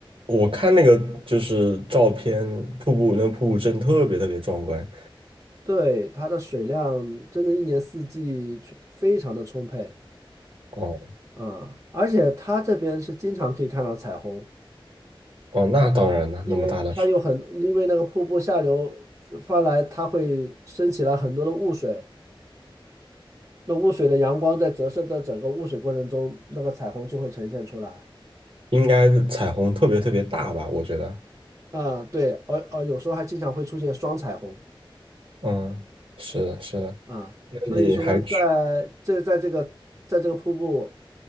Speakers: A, on the right; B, on the right.
A: 我看那个就是照片，瀑布那个瀑布真的特别特别壮观。
B: 对，它的水量真的一年四季去非常的充沛
A: 哦
B: 啊，而且它这边是经常可以看到彩虹。
A: 哦，那当然了，
B: 因为它有很，
A: 那么大的水
B: 因为那个瀑布下流发来，它会升起来很多的雾水，那雾水的阳光在折射的整个雾水过程中，那个彩虹就会呈现出来。
A: 应该是彩虹特别特别大吧？我觉得，
B: 啊、对，而而有时候还经常会出现双彩虹
A: 嗯，是的，是的。
B: 啊，
A: 那你还去？
B: 所以说在这在这个在这个瀑布，